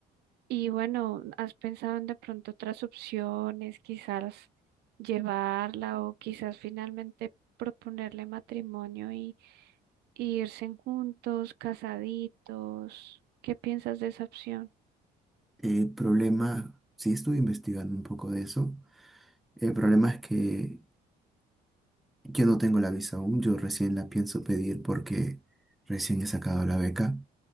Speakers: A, on the right; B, in the centre.
A: Y bueno, ¿has pensado en de pronto otras opciones, quizás llevarla o quizás finalmente proponerle matrimonio y, y irse juntos, casaditos? ¿Qué piensas de esa opción?
B: el problema, sí estuve investigando un poco de eso, el problema es que yo no tengo la visa aún, yo recién la pienso pedir porque recién he sacado la beca.